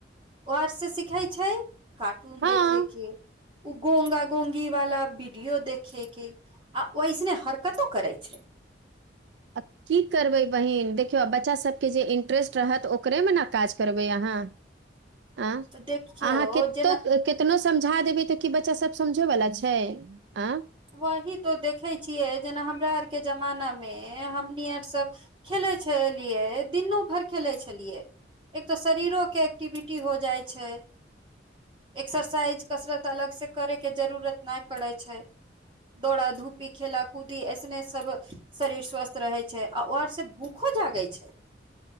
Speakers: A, on the right; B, on the right.
A: ओ आर से सिखे छैय कार्टन
B: हँ
A: देखे के। उ गोंगा गोंगी वाला वीडियो देखे के आ ओइसने हरकतो करे छैय।
B: आ की करबै बहिन देखियौ आ बच्चा सबके जे इंट्रेस्ट रहत ओकरेमे ने काज करबै अहाँ।
A: <unintelligible>
B: आँ
A: तऽ देखियौ
B: अहाँ कितो
A: जेना
B: कि तनो समझा देबै तऽ की बच्चा सब समझे बला छैय, आं।
A: वही तो देखे छियै जेना हमरा आरके जमाना मे हमनी आर सब खेलै छलियै दिनू भरि खेलै छलियै। एक तऽ शरीरो के एक्टिविटी हो जाइ छैय। एक्सरसाइज कसरत अलग से करे के जरूरत नहि पड़े छैय। दौड़ा धूपी खेला कूदी ऐसने सब शरीर स्वस्थ रहै छैय आ ओर से भूखो जागे छैय